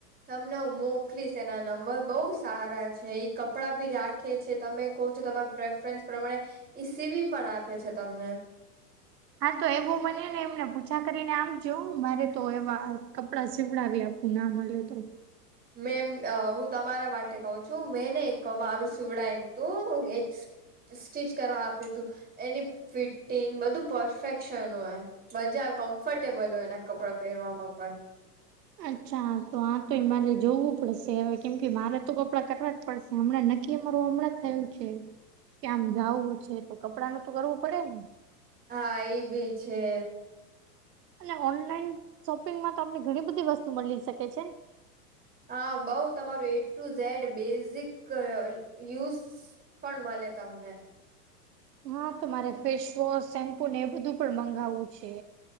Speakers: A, on the right; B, on the right.
A: તમને હું મોકલીશ એના નંબર, બઉુ સારા છે, ઈ કપડાં બી રાખે છે, તમે કહો છો તમે પ્રેફરન્સ પ્રમાણે ઈ સીવી પણ આપે છે તમને.
B: હા તો એવું મને ને, એમને પૂછા કરીને આમજો મારે તો એવા કપડાં સીવડાવ્યા આપ એ ના મલીયો તો.
A: મેમ હું તમારા માટે કહ છું મેંને એક મારું સવડાય હતું એક. સ્ટિચ કરવા આપ્યું તું એની ફિટિંગ બધું પરફેક્શન હોય. મજા આવે કમ્ફર્ટેબલ હોય એના કપડાં પહેરવામાં પણ.
B: અચ્છા તો આ તો એ મારે જોવું પડશે હવે કેમ કે મારે તો કપડાં કટવા જ પડશે. હમણાં નક્કી અમારું હમણાં જ થયું છે. કે આમ જવું છે તો કપડાંનું તો કરવું પડે ને.
A: હા એ ભી છે.
B: અને ઓનલાઈન શોપિંગમાં તો આપને ઘણી બધી વસ્તુ મળી શકે છે ને.
A: હા બઉ તમારું A to Z basic use. સિફડ મળે તમને.
B: હા તો મારે ફેસવોશ શેમ્પુ ને એ બધું પણ મંગાવવું છે.